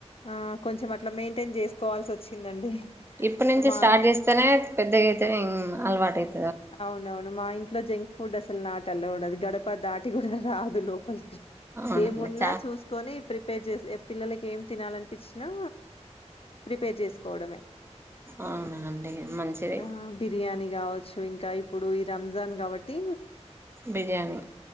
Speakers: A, on the left; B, on the right.
A: ఆ కొంచెం అట్లా మెయింటైన్ చేసుకోవాల్సి వచ్చిందండి
B: ఇప్పుటి నుంచి
A: మా
B: స్టార్ట్ చేస్తేనే పెద్దగా అయితే అలవాటైతది
A: అవునవును మా ఇంట్లో జంక్ ఫుడ్ అసలు నాట్ అలావుడ్ గడప దాటి కూడా రాదు లోపలికి
B: అవునండి
A: ఏమున్నా
B: చా
A: చూసుకొని ప్రిపేర్ చేసి పిల్లలకి ఏం తినాలనిపించినా ప్రిపేర్ చేసుకోవడమే
B: అవునాండి మంచిదే
A: ఆ బిర్యానీ కావచ్చు ఇంకా ఇప్పుడు ఈ రంజాన్ కాబట్టి
B: బిర్యానీ